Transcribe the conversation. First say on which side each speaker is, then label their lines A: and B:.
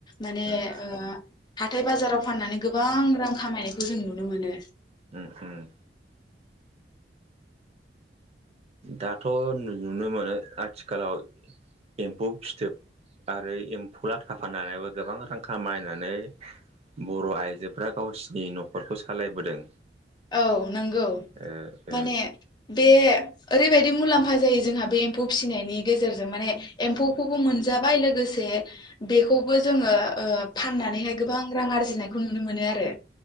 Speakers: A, on the left; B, on the right.
A: माने
B: उम
A: ओ हाथ हाथाय बाजाराव फाननानै गोबां रां खामायनायखौ जों नुनो मोनो।
B: ओं उम। दाथ' नुनो मोनो आथिखालाव एम्फौ फिथोब आरो एम्फौ लाथा फानानैबो गोबां रां खामायनानै बर' आइजोफ्रा गावसिनि न'खरखौ सालायबोदों।
A: ओव नंगौ
B: ओ ओ
A: माने बे ओरैबायदि मुलाम्फा जायो जोंहा बे एम्फौ फिसिनायनि गेजेरजों माने एम्फौखौबो मोनजाबाय लोगोसे बेखौबो जोङो ओ फाननानैहाय गोबां रां आरजिनायखौ नुनो मोनो आरो।